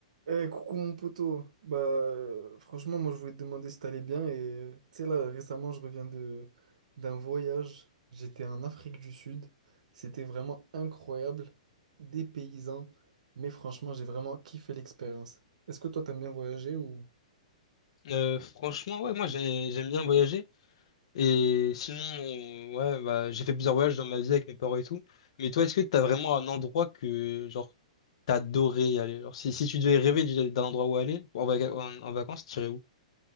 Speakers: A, on the right (about 70°); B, on the left (about 50°).
A: Eh, coucou mon poteau. Bah, euh, franchement, moi je voulais te demander si t'allais bien. Et euh, tu sais, là, récemment, je reviens de d'un voyage. J'étais en Afrique du Sud. C'était vraiment incroyable. Des paysans. Mais franchement, j'ai vraiment kiffé l'expérience. Est-ce que toi, t'aimes bien voyager ou
B: Euh, franchement, ouais, moi j'ai- j'aime bien voyager. Et sinon, euh, ouais, bah, j'ai fait plusieurs voyages dans ma vie avec mes parents et tout. Mais toi, est-ce que t'as vraiment un endroit que, genre, t'adorais y aller? Genre, si, si tu devais rêver d'y- d'un endroit où aller, en, vaca- en, en vacances, t'irais où?